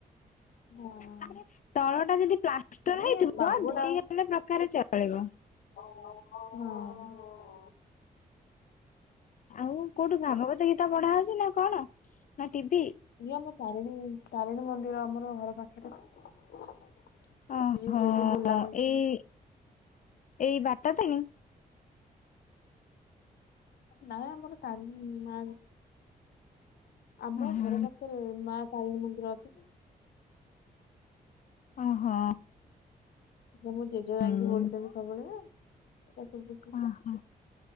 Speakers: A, on the left; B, on the left.
A: ହଁ
B: ତାପରେ ତଳଟା ଯଦି ପ୍ଲାଷ୍ଟର ହେଇଥିବ
A: ଏଇ ପାଗଟା
B: ଧୂଳିଗଲେ ପ୍ରକାରେ ଚଳିବ।
A: ହୁଁ
B: ଆଉ କୋଉଠୁ ଭାଗବତ ଗୀତା ପଢା ହଉଛି ନା କଣ ନା ଟିଭି।
A: ଇଏ ଆମ ତାରିଣୀ ତାରିଣୀ ମନ୍ଦିର ଆମର ଘର ପାଖରେ ତ
B: ଓହୋ
A: ସେଏ ଡେଲି ବୁଲା ହଉଛି।
B: ଏଇ ଏଇ ବାଟତ
A: ନହଁ ଆମର କାଲି ମା ଆମ
B: ଓହୋ
A: ଘର ପାଖରେ ମା ତାରିଣୀ ମନ୍ଦିର ଅଛି ତ।
B: ଓହୋ
A: ସେ ମୁଁ ଜେଜେ
B: ହୁଁ
A: ଯାଇକି ବୋଲୁଛନ୍ତି ସବୁବେଳେ ସେଟା ସୁବୁଛି।
B: ଓହୋ